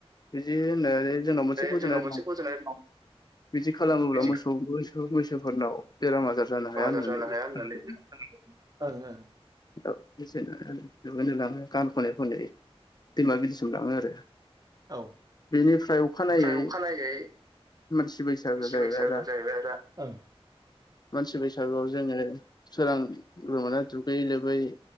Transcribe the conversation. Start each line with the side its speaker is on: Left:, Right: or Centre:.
Left: बिदि होननाय जोंनाव
Right: ओमफ्राय
Left: मोनसे फोथायनाय
Right: जोंनाव मोनसे
Left: दं
Right: फोथायनाय दं
Left: बिदि खालामोब्ला
Right: बिदि
Left: मोसौखौ मैसोफोरनाव बेराम आजार जानो
Right: बेमार
Left: हाया
Right: आजार
Left: होननानै
Right: जानो हाया
Left: खोनादों
Right: होननानै ओं ओं
Left: औ बिदिनो गान खनै खनै दैमा बिलोसिम लाङो आरो
Right: औ
Left: बेनिफ्राय अखानायै
Right: ओमफ्राय अखानायै
Left: मानसि बैसागु जाहैबाय
Right: बैसागो
Left: आदा
Right: जाहैबाय आरो
Left: मानसि बैसागुआव जोङो सोरांग्रो मोना दुग गै लोबै